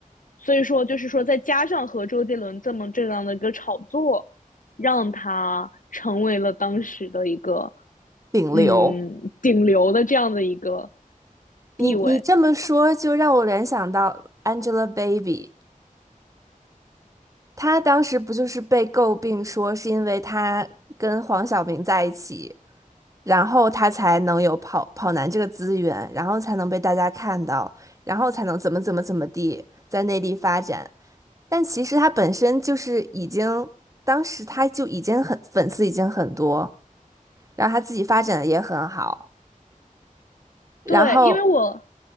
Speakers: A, on the left (about 70°); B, on the right (about 25°).
A: 所以说，就是说再加上和周杰伦这么这样的一个炒作，让他成为了当时的一个
B: 顶流。
A: 嗯顶流的这样的一个
B: 你你这么说，
A: 地位。
B: 就让我联想到 Angelababy，她当时不就是被诟病说是因为她跟黄晓明在一起，然后她才能有跑跑男这个资源，然后才能被大家看到，然后才能怎么怎么怎么地在内地发展。但其实他本身就是已经，当时他就已经很粉丝已经很多，然后他自己发展的也很好，然后
A: 对，因为我